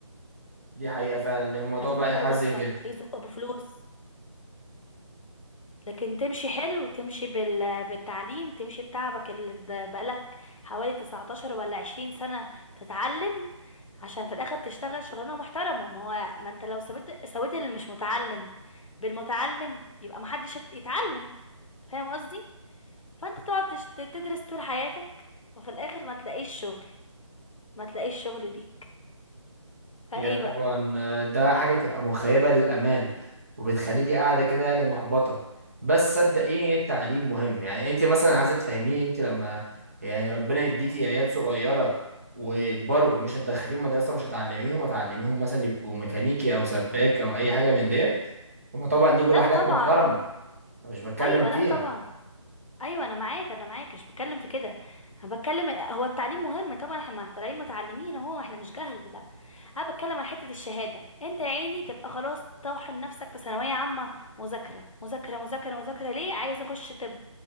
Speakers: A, on the right; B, on the left.
A: دي حقيقه فعلا إن الموضوع
B: عايزين
A: بقى
B: يدخلوا
A: يحزن
B: بواسطه
A: جدا
B: يزقوا بفلوس لكن تمشي حلو تمشي بال... بالتعليم تمشي بتعبك اللي ده بقالك حوالي 19 ولا 20 سنة تتعلم عشان في الاخر تشتغل شغلانة محترمة ما هو ما انت لو سويت سويت اللي مش متعلم بالمتعلم يبقى محدش هت- يتعلم فاهم قصدي فانت تقعد تش- تدرس طول حياتك وفي الاخر ما تلاقيش شغل ما تلاقيش شغل ليك فايه
A: هي طبعا
B: بقى
A: آه، ده حاجة تبقى مخيبة للآمال وبتخليكي قاعدة كده يعني محبطة بس صدقيني التعليم مهم يعني انت مثلا عايزة تفهميني انت لما يعني ربنا يديكي عيال صغيرة ويكبروا مش هتدخليهم مدرسة مش هتعلميهم هتعلميهم مثلا يبقوا ميكانيكي أو سباك أو أي حاجة من ديت هما طبعا دي كلها
B: لا
A: حاجات
B: طبعا
A: محترمة أنا مش بتكلم
B: ايوه
A: فيها
B: لا طبعا ايوه انا معاك انا معاك مش بتكلم في كده انا بتكلم هو التعليم مهم طبعا احنا مع- طالعين متعلمين اهو احنا مش جهل لا انا بتكلم على حته الشهاده انت يا عيني تبقى خلاص طاحن نفسك في ثانويه عامه مذاكره مذاكره مذاكره مذاكره ليه عايز اخش طب